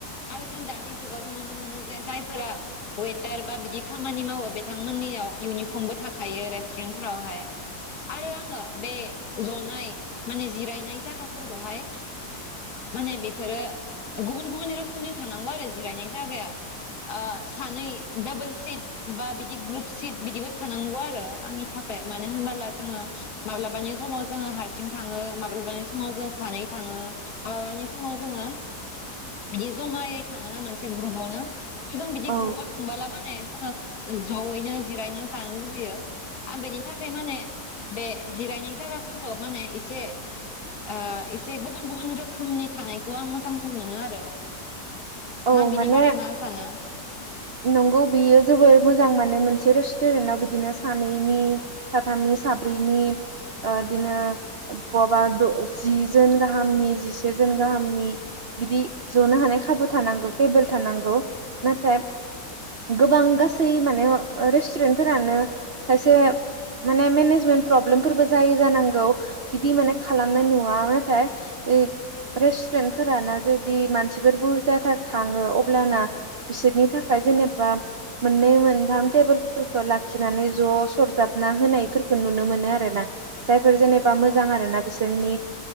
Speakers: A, on the left; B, on the right.
A: आरो जों दानि जुगावसो नुनो मोनो जे जाय फोरा वेटार बा बिदि खामानि मावो बिथांमोननियाव इउनिफर्मबो थाखायो रेस्टुरेन्टफोरावहाय आरो आङो बे जनाय माने जिरायनाय जायगाफोरखौहाय माने बेफोरो गुबुन गुबुन रोखोमनि थानांगौ आरो जिरायनाय जागाया ओ सानै डाबोल सिट बा बिदि ग्रुप सिट बिदिबो थानांगौ आरो आंनि थाखाय मानो होनबोला जोङो माब्लाबानि समाव जोङो हारसिं थाङो माब्लाबानि समाव जों सानै थाङो आनि समाव जोङो बिदि जमायै थाङोना मोनसे ग्रुपआवनो जों बिदि
B: औ
A: ग्रुपाव थंबोला माान ने जोङो जयैनो जिरायना जानो लुबैयो आं बेनि थाखाय माने बे जिरायनाय जायगाफोरखौ माने एसे ओ एसे गुबुन गुबुन रोखोमनि थानायखौ आं मोजां मोनो आरो
B: औ
A: बिनि
B: माने
A: बारै मा सानो
B: नंगौ बियो जोबोर मोजां माद माने मोनसे रेसतुरेनटनाव बिदिनो सानैनि साथामनि साब्रैनि ओ बिदिनो बवाबा द जिजोन गाहामनि जिसेजोन गाहामनि बिदि जनो हानाय खाबु थानांगौ तेबोल थानांगौ नाथाय गोबां गासै माने रेसतुरेनट फोरानो खायसे माने मेनेजमेन्ट प्रब्लेमफोरबो जायो जानांगौ बेदि माने खालामनाय नुवा नाथाय ए रेसतुरेनट फोरानो इदि मानसिफोर बुरजा जाथार थाङो अब्लाना बिसोरनि थाखाय जेनेबा मोननै मोनथाम टेबोलफोरखौ लाखिनानै ज सरजाबना होनायफोरखौ नुनो मोनो आरो ना जायफोर जेनेबा
A: औ
B: मोजां आरो ना बिसोरनि